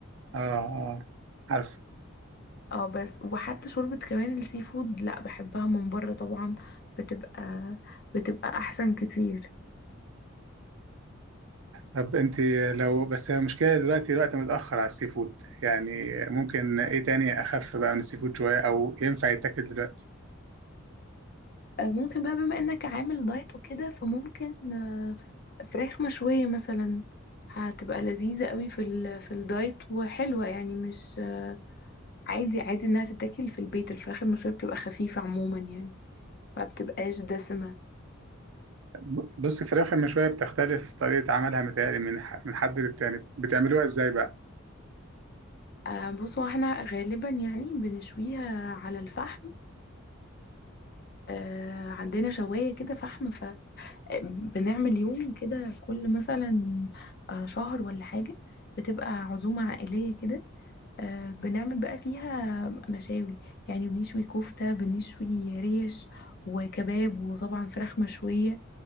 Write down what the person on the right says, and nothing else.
اه اه عارف
طب انت لو بس المشكلة دلوقتي الوقت متأخر على السي فود يعني ممكن ايه تاني أخف بقى من السي فود شوية أو ينفع يتاكل دلوقتي
ب- بص الفراخ المشوية بتختلف طريقة عملها متهيألي من ح- من حد للتاني بتعملوها ازاي بقى؟